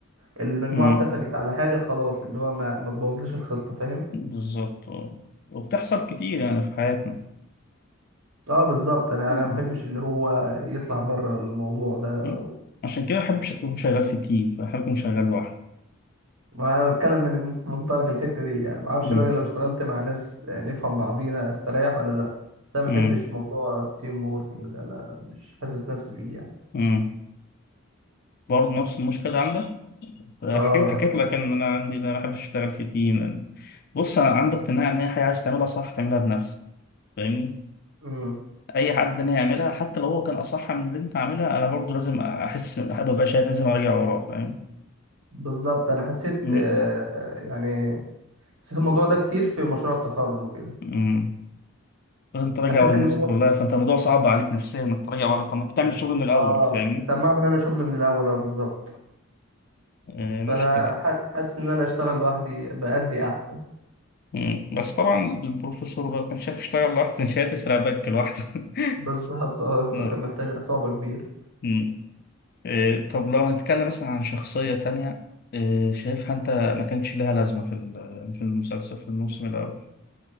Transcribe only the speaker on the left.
مم.
بالظبط آه. وبتحصل كتير يعني في حياتنا
مم.
مم. عشان كده مبحبش أكون شغال في تيم بحب أكون شغال لوحدي
مم.
مم.
مم. برضه نفس المشكلة عندك آه،
حكيت حكيت
لك إن أنا عندي إن أنا مبحبش أشتغل في تيم لأن بص أنا عندي اقتناع إن هي حاجة عايز تعملها صح تعملها بنفسك فاهمني
اي حد انا هيعملها حتى لو هو كان اصح من اللي انت عاملها انا برضو لازم احس حابب ابقى شايف لازم ارجع وراه فاهم
امم
أمم. لازم تراجع
ورا الناس
كلها فانت الموضوع صعب عليك نفسيا انك تراجع ورا طب ما تعمل الشغل من الاول
فاهمني
آه مشكله
أمم. بس طبعا البروفيسور بقى كان شايف يشتغل لوحده كان شايف يسرق بنك لوحده <laughs>
آه.
أمم. آه، طب لو هنتكلم مثلا عن شخصيه تانية آه، شايفها انت ما كانش لها لازمه في ال- في المسلسل في الموسم الاول